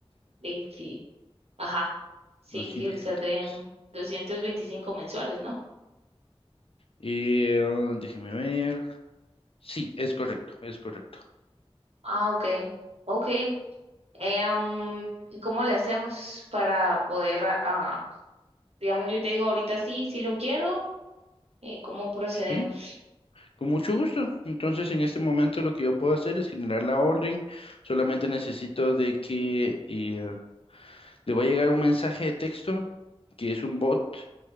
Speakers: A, on the right; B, on the left.
A: veinte Ajá.
B: 56.
A: Sí,
B: 256.
A: que saldrían 225 mensuales, ¿no?
B: Eh, ah, déjeme ver. Sí, es correcto, es correcto.
A: Ah, ok. Ok. Em, ¿y ¿cómo le hacemos para poder ah, Digamos, yo te digo ahorita sí, sí lo quiero, eh, ¿cómo procedemos?
B: Sí, con mucho gusto. Entonces, en este momento lo que yo puedo hacer es generar la orden. Solamente necesito de que eh, le va a llegar un mensaje de texto que es un bot,